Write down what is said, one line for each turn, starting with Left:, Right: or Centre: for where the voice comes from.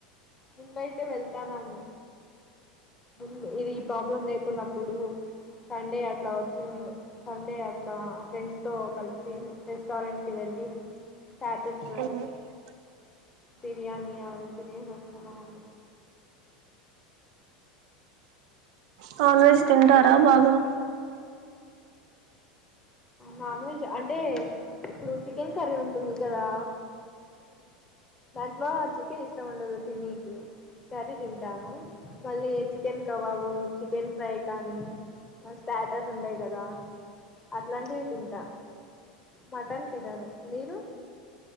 Left: ముందయితే వెళ్తానము ముందు ఇది ప్రాబ్లం లేకున్నప్పుడు సండే అట్లా వచ్చి సండే అట్లా ఫ్రెండ్స్ తో కలిసి రెస్టారెంట్ కి వెళ్ళి స్టాటస్
Right: నాన్
Left: బిర్యాని అవన్ని తినేసి వస్ తిన్నం అప్పుడు
Right: నాన్ వెజ్ తింటారా బాగా
Left: నాన్ వెజ్ అంటే ఇప్పుడు చికెన్ కర్రీ ఉంటుంది కదా దాంట్లో చికెన్ ఇష్టం ఉండదు తిన్నీకి కర్రీ తింటాను మళ్ళీ చికెన్ కబాబు చికెన్ ఫ్రై కానీ స్టాటస్ ఉండయి కదా అట్లాంటివి తింటా మటన్ తినను మీరు